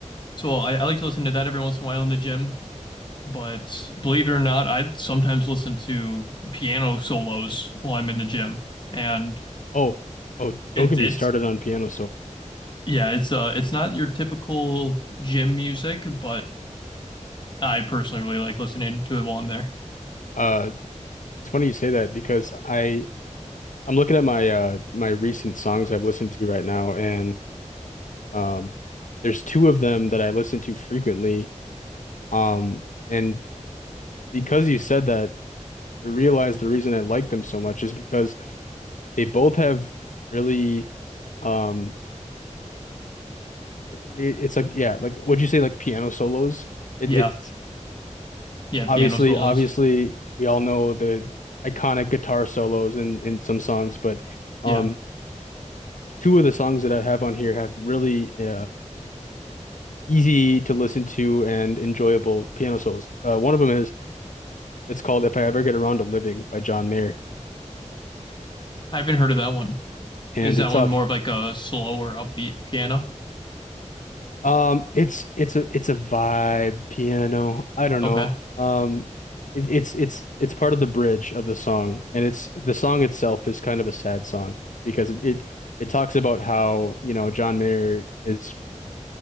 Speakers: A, on the left (about 40°); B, on the left (about 80°).
A: so I, I like to listen to that every once in a while in the gym. But believe it or not, I sometimes listen to piano solos while I'm in the gym. And
B: Oh, oh, don't
A: it
B: get
A: it's
B: me started on piano solo.
A: yeah, it's uh it's not your typical gym music, but I personally really like listening to it while I'm there.
B: Uh, it's funny you say that because I I'm looking at my uh my recent songs I've listened to right now, and um, there's two of them that I listen to frequently Um, and because you said that, I realized the reason I like them so much is because they both have really, um, it, it's like yeah, like would you say like piano solos? It,
A: Yeah.
B: it's
A: Yeah,
B: obviously
A: piano solos.
B: obviously we all know the iconic guitar solos in in some songs, but um,
A: Yeah.
B: two of the songs that I have on here have really uh, easy to listen to and enjoyable piano solos. Uh, one of them is it's called "If I Ever Get Around to Living" by John Mayer,
A: I haven't heard of that one.
B: and
A: Is that
B: it's
A: one
B: off.
A: more of like a slower upbeat piano?
B: Um, it's it's a it's a vibe piano. I don't
A: Okay.
B: know. Um, it, it's it's it's part of the bridge of the song, and it's the song itself is kind of a sad song because it it, it talks about how, you know, John Mayer is